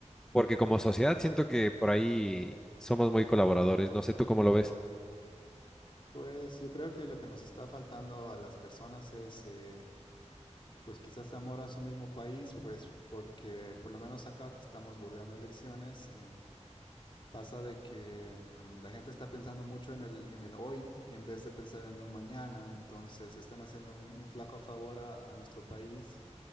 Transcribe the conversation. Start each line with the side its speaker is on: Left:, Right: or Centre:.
Centre: porque como sociedad siento que por ahí somos muy colaboradores. No sé tú cómo lo ves.
Left: Pues yo creo que lo que nos está faltando a las personas es, eh, pues quizás amor a su mismo país, pues porque por lo menos acá que estamos bordeando elecciones. eh, Pasa de que em, la gente está pensando mucho en el, en el hoy y en vez de pensar en un mañana, entonces están haciendo un, un flaco favor a, a nuestro país,